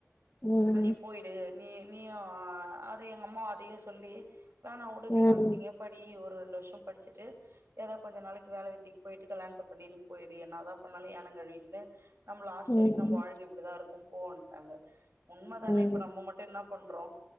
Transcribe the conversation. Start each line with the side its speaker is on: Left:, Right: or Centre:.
Left: ம்
Right: நீ போயிடு நீ நீயு அத எங்க அம்மா அதயே சொல்லி வேணா வுடு நீ
Left: ம்
Right: நர்ஸிங்கே படி ஒ ரு ரெண்டு வருஷோ படிச்சுட்டு ஏதோ கொஞ்ச நாளைக்கி வேலவெத்தி போயிட்டு கல்யாணத்தை பண்ணினு போயிடு என்னதா பண்ணாலு ஏனோ கழுவிக்கினூ நம்ம லாஸ்ட்
Left: ம்
Right: வரைக்கு நம்போ வாழ்கை இப்டிதா இருக்கு போவ்வுன்டாங்க உண்மதானே
Left: ம்
Right: இப்ப நம்ம மட் டு என்ன பண்றோ